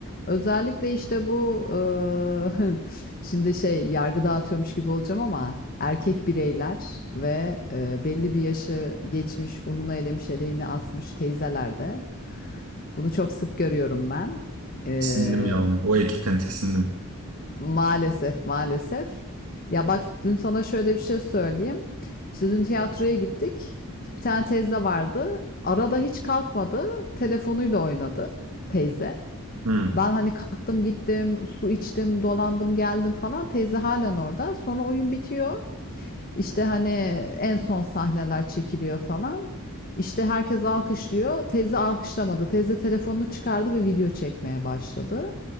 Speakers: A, on the left; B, on the right.
A: Özellikle işte bu eee, <laughs> şimdi şey yargı dağıtıyormuş gibi olacağım ama erkek bireyler ve eee, belli bir yaşı geçmiş ununu elemiş eleğini asmış teyzelerde Bunu çok sık görüyorum ben. Ee,
B: Tiksindim ya. O ekipten tiksindim.
A: maalesef, maalesef. Ya bak dün sana şöyle bir şey söyleyeyim. İşte dün tiyatroya gittik. Bir tane teyze vardı. Arada hiç kalkmadı. Telefonuyla oynadı teyze.
B: Hı.
A: Ben hani kalktım gittim, su içtim, dolandım geldim falan. Teyze halen orada. Sonra oyun bitiyor. İşte hani en son sahneler çekiliyor falan. İşte herkes alkışlıyor. Teyze alkışlamadı. Teyze telefonunu çıkardı ve video çekmeye başladı.